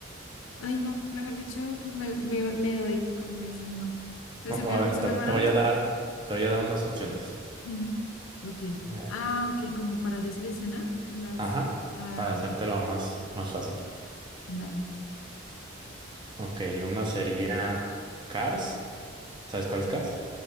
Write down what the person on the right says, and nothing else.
O,
o a ver,
te,
te voy
a
dar, te voy a dar unas opciones.
Eh,
ajá.
Para hacértelo
más, más fácil.
Ok, una sería Cars. ¿Sabes cuál es Cars?